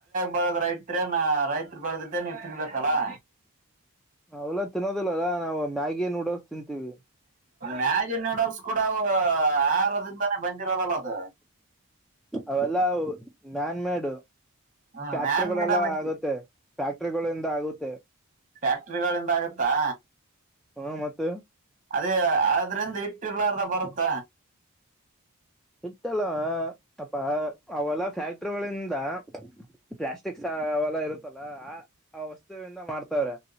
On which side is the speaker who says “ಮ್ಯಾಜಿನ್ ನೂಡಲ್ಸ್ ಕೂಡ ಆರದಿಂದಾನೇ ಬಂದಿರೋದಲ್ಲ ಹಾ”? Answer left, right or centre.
Right